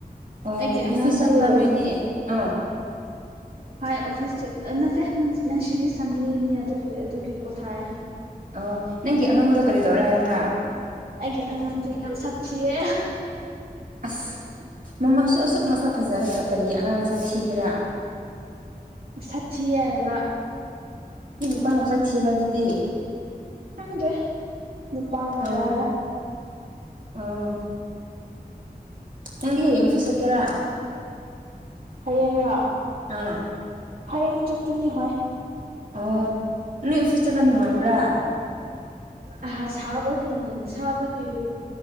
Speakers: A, on the right; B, on the right.
A: ꯑꯣ
B: ꯑꯩꯒꯤ
A: ꯑꯣꯐꯤꯁꯜꯕ꯭ꯔꯥ
B: ꯑꯉꯥꯡꯗꯨ
A: ꯅꯣꯏꯗꯤ ꯑꯥ
B: ꯍꯣꯏ ꯑꯣꯐꯤꯁꯇ ꯅꯠꯇꯦ ꯅꯪꯁꯤꯗꯤ ꯁꯟꯗꯦꯅꯤ ꯑꯗꯨꯒꯤ ꯑꯗꯨꯒꯤ ꯄꯣꯊꯥꯏ
A: ꯑꯣ ꯅꯪꯒꯤ ꯑꯉꯥꯡꯗꯣ ꯀꯔꯤ ꯇꯧꯔꯦ ꯍꯥꯏꯕ꯭ꯔꯥ
B: ꯑꯩꯒꯤ ꯑꯉꯥꯡꯗꯣ ꯌꯥꯝ ꯁꯥꯊꯤꯌꯦ
A: ꯑꯁ ꯃꯃꯥꯁꯨ ꯑꯁꯨꯛ ꯃꯁꯛ ꯐꯖꯔꯒ ꯀꯔꯤꯒꯤ ꯑꯉꯥꯡ ꯃꯁꯛ ꯊꯤꯒꯦꯔꯥ
B: ꯁꯥꯊꯤ ꯍꯥꯏꯕ
A: ꯏꯄꯥꯅ ꯑꯃꯆꯛ ꯊꯤꯕ ꯑꯗꯨꯗꯤ
B: ꯈꯪꯗꯦ ꯅꯨꯄꯥꯅꯔꯥ
A: ꯑꯥ ꯑꯣ ꯅꯪꯗꯤ ꯍꯌꯦꯡ ꯐꯤꯤꯁꯠꯀꯦꯔꯥ
B: ꯍꯌꯦꯡꯅ
A: ꯑꯥ
B: ꯍꯌꯦꯡ ꯆꯠꯀꯤꯅꯤ ꯍ
A: ꯑꯣ ꯅꯣꯏ ꯑꯣꯐꯤꯁ ꯆꯠꯄ ꯅꯨꯡꯉꯥꯏꯕ꯭ꯔꯥ
B: ꯑꯍ ꯁꯥꯕꯒꯤꯅꯤ ꯁꯥꯕꯒꯤ